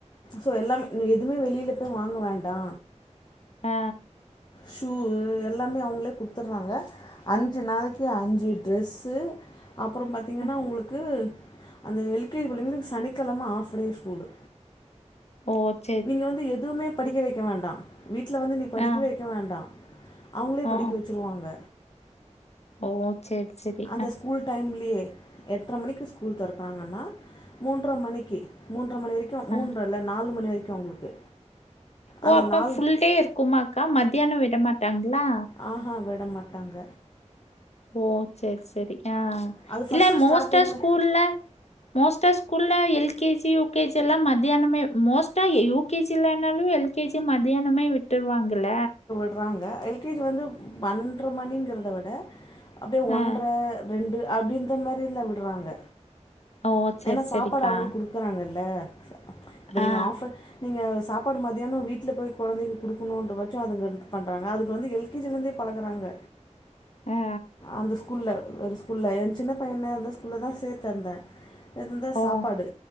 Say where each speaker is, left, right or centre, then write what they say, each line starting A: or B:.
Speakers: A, on the left; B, on the left.
A: சோ எல்லாமே எதுவுமே வெளியில பேய் வாங்க வேண்டா
B: ஆ
A: ஷூவு எல்லாமே அவங்களே குடுத்துடுறாங்க அஞ்சி நாளைக்கு அஞ்சி ட்ரெஸ்ஸு அப்ரோ பாத்திங்கன்னா
B: ஆ.
A: உங்களுக்கு அந்த எல்கேஜி பிள்ளைங்களுக்கு சனிக்கிழம ஹஃப் டே ஸ்கூலு
B: ஓத்
A: நீங்க வந்து எதுவுமே படிக்க வைக்க வேண்டா வீட்டல வந்து நீ படிக்கவே
B: ஆ
A: வைக்க வேண்டா அவுங்களே
B: ஓ
A: படிக்க வச்சுருவாங்க
B: ஓ சரி சரி
A: ஆ அந்த ஸ்கூல் டைம்லியே எட்டரை மணிக்கு ஸ்கூல் தரக்குறாங்கன்னா மூன்றர மணிக்கி மூன்ற மணி வரைக்கு மூன்ற
B: ஆ
A: இல்ல நாலு மணி வரைக்கு அவங்களுக்கு
B: ஓ
A: அந்த
B: அப்போ
A: நாலு
B: ஃபுல் டே இருக்குமா அக்கா மத்தியானோ விட மாட்டாங்களா
A: ஆஹ விட மாட்டாங்க
B: ஓ சேரி சேரி ஆ
A: அது ஃபஸ்ட்டு
B: இல்ல மோஸ்ட்ட
A: ஸ்டார்டிங்கில்
B: அ ஸூகூல்ல மோஸ்ட்ட அ ஸூகூல்ல L K G U K G எல்லா மத்தியானமே மோஸ்டா யூ கே ஜி இல்லனாலு எல் கே ஜி மத்தியானமே விட்டுருவாங்கள
A: விட்டுராங்க எல் கே ஜி வந்து பன்னன்ற மணிங்றத விட அப்டியே ஒன்றர
B: ஆ
A: ரெண்டு அப்டிந்த மாரில்ல விட்றாங்க
B: ஓ சரி
A: ஏன்னா
B: சரிக்கா
A: சாப்பாடு அவுங்ளே குடுக்குறாங்கல்ல இப்ப நீங்க
B: ஆ
A: ஆஃபர் நீங்க சாப்பாடு மத்தியானோ வீட்ல போய் கொழந்தைக்கு குடுக்கணுன்ற பட்சோ அதுங்களுக்கு பண்றாங்க அதுக்கு வந்து எல் கே ஜி லேந்தே பழகுறாங்க
B: ஆ
A: அந்த ஸ்கூல்ல ஒரு ஸ்கூல்ல ஏ சின்ன பையன அந்த ஸ்கூல்ல தா சேத்திருந்தே எந்தா
B: ஓ
A: சாப்பாடு